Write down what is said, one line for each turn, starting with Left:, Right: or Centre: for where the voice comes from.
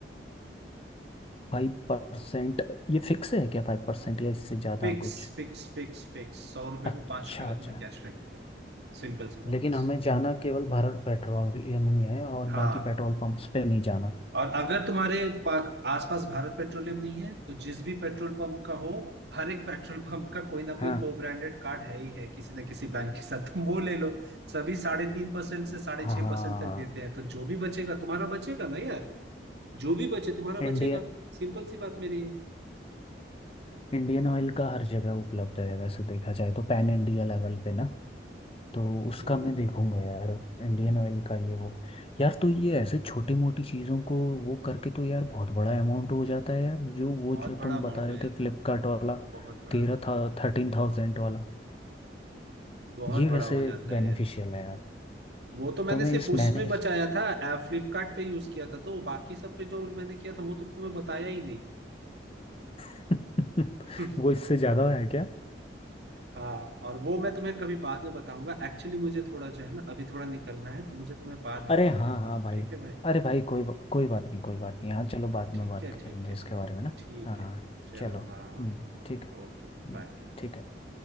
Left: Five percent ये फिक्स है क्या फाइव परसेंट या इससे ज़्यादा
Right: फिक्स
Left: कुछ
Right: फिक्स फिक्स फिक्स सौ रुपए
Left: अच्छा
Right: पे पांच रुपए का
Left: अच्छा
Right: तुम्हें कैशबैक मिलेगा सिंपल से कहो
Left: लेकिन
Right: बस
Left: हमें जाना केवल भारत पेट्रोलियम ही है और
Right: हाँ
Left: बाकी पेट्रोल पंप्स पे नहीं जाना
Right: और अगर तुम्हारे पा- आसपास भारत पेट्रोलियम नहीं है तो जिस भी पेट्रोल पंप का हो हर एक पेट्रोल पंप का कोई ना
Left: हाँ
Right: कोई को ब्रांडेड कार्ड है ही है किसी ना किसी बैंक के साथ तुम वो ले लो सभी साढ़े तीन परसेंट से साढ़े
Left: हाँ
Right: छह परसेंट तक देते हैं तो जो भी बचेगा तुम्हारा बचेगा ना यार जो भी बचे तुम्हारा
Left: इंडियन
Right: बचेगा सिंपल सी बात मेरी है
Left: इंडियन ऑयल का हर जगह उपलब्ध है वैसे देखा जाए तो पैन इंडिया लेवल पे ना तो उसका
Right: हम्म,
Left: मैं देखूंगा यार इंडियन ऑयल का ये वो यार तो ये ऐसे छोटी मोटी चीज़ों को वो करके तो यार बहुत बड़ा अमाउंट हो जाता है यार जो वो
Right: बहुत
Left: जो
Right: बड़ा
Left: तुम
Right: अमाउंट
Left: बता रहे
Right: हो जाता
Left: थे फ्लिपकार्ट
Right: है
Left: वाला
Right: बहुत बड़ा
Left: तेरह था थर्टीन थाउजेंड वाला
Right: बहुत
Left: ये
Right: बड़ा
Left: वैसे
Right: हो जाता
Left: बेनिफिशियल
Right: है यार
Left: है यार
Right: वो तो मैंने
Left: तो मैं
Right: सिर्फ
Left: इस
Right: उसमें
Left: महीने इस
Right: बचाया था फ्लिपकार्ट पे यूज किया था तो बाकी सब पे जो मैंने किया था वो तो तुम्हें बताया ही नहीं
Left: <laughs>
Right: <laughs>
Left: वो इससे ज़्यादा है क्या
Right: हाँ और वो मैं तुम्हें कभी बाद में बताऊंगा एक्चुअली मुझे थोड़ा जो है ना अभी थोड़ा निकलना है तो मुझे तुम्हें बाद में
Left: अरे
Right: कॉल
Left: हाँ
Right: करता
Left: हाँ
Right: हूँ
Left: भाई
Right: ठीक है भाई
Left: अरे भाई कोई बा- कोई बात नहीं कोई बात नहीं हाँ चलो बाद
Right: ठीक
Left: में बात
Right: है
Left: करेंगे
Right: ठीक है
Left: इसके बारे में ना
Right: ठीक
Left: हाँ हाँ,
Right: है चलो
Left: चलो हम्म,
Right: हाँ
Left: ठीक है
Right: ओके बाय
Left: हम्म, ठीक है